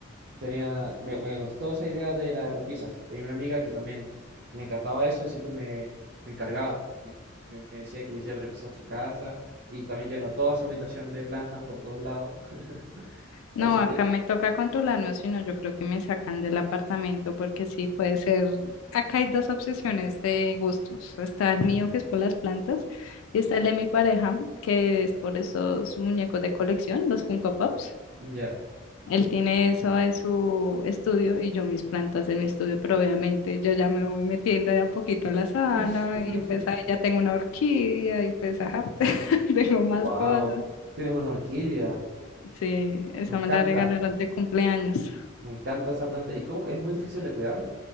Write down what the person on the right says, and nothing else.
Tenía, me, me gustó esa idea de las repisas. Tenía una amiga que también le encantaba eso y siempre me, me encargaba. Me, me- me decía que le hiciera repisas en su casa y también llenó toda su habitación de plantas por todos lados. <laughs> Así
que,
ya.
<laughs>
Wow,
tienes una orquídea.
Me encanta,
me encanta esa planta. ¿Y cómo? ¿Es muy difícil de cuidarla?